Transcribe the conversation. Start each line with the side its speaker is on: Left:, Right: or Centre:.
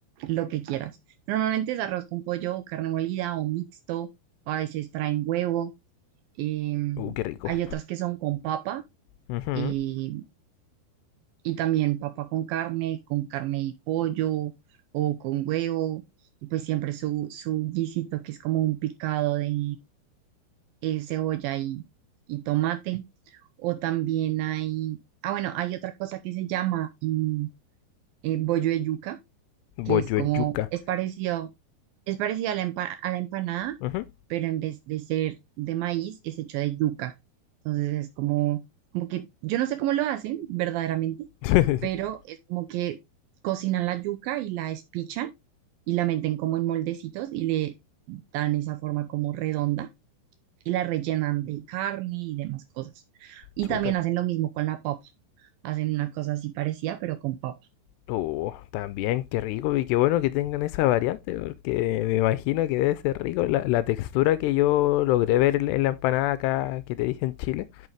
Right: lo que quieras. Normalmente es arroz con pollo o carne molida o mixto, o a veces traen huevo. eh,
Left: Uh, qué rico.
Right: hay otras que son con papa
Left: Ujú.
Right: eh, y también papa con carne, con carne y pollo o con huevo. Y pues siempre su, su guisito que es como un picado de, eh, cebolla y, y tomate. O también hay, ah, bueno, hay otra cosa que se llama mm, eh, bollo de yuca, que
Left: Bollo
Right: es como,
Left: de yuca.
Right: es parecido, es parecido a la, empa- a la empanada,
Left: Ujú.
Right: pero en vez de ser de maíz, es hecho de yuca. Entonces es como, como que, yo no sé cómo lo hacen verdaderamente,
Left: <laughs>
Right: pero es como que cocinan la yuca y la espichan y la meten como en moldecitos y le dan esa forma como redonda y la rellenan de carne y demás cosas. Y
Left: Súper.
Right: también hacen lo mismo con la papa. Hacen una cosa así parecida, pero con papa,
Left: Uh, también, qué rico y qué bueno que tengan esa variante, porque me imagino que debe ser rico la, la textura que yo logré ver en la empanada acá que te dije en Chile.